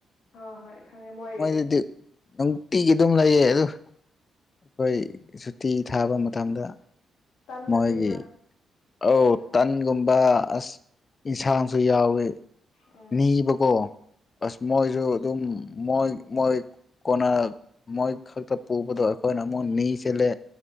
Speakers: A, on the left; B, on the left.
A: ꯍꯣꯏ ꯍꯣꯏ ꯈꯪꯉꯦ ꯃꯣꯏ
B: ꯃꯣꯏꯗꯗꯤ ꯅꯨꯡꯇꯤꯒꯤ ꯑꯗꯨꯝ ꯂꯩꯌꯦ ꯑꯗꯨ ꯑꯩꯈꯣꯏ ꯁꯨꯇꯤ ꯊꯥꯕ ꯃꯇꯝꯗ
A: ꯇꯟꯒ
B: ꯃꯣꯏꯒꯤ
A: ꯄꯤꯕ꯭ꯔꯥ
B: ꯑꯧ ꯇꯟꯒꯨꯝꯕ ꯑꯁ ꯌꯦꯟꯁꯥꯡꯁꯨ ꯌꯥꯎꯋꯤ
A: ꯎꯝ
B: ꯅꯤꯕꯀꯣ ꯑꯁ ꯃꯣꯏꯁꯨ ꯑꯗꯨꯝ ꯃꯣꯏ ꯃꯣꯏ ꯀꯣꯟꯅ ꯃꯣꯏ ꯈꯛꯇ ꯄꯨꯕꯗꯣ ꯑꯩꯈꯣꯏꯅ ꯑꯃꯨꯛ ꯅꯤꯁꯤꯜꯂꯦ